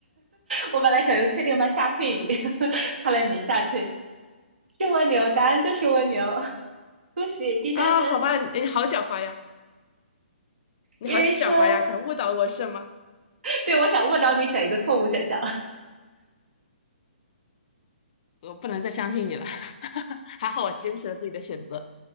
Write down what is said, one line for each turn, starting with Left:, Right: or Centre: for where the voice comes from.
Right: 我本来想用“确定吗吓退你，<laughs> 看来没吓退，是蜗牛，答案就是蜗牛，<laughs> 恭喜第三分。
Left: 啊？好吧，你你好狡猾呀，你好狡猾呀，
Right: 因为说，
Left: 想误导我是吗？
Right: <laughs> 对，我想误导你选一个错误选项，
Left: 我不能再相信你了。<laughs> 还好我坚持了自己的选择。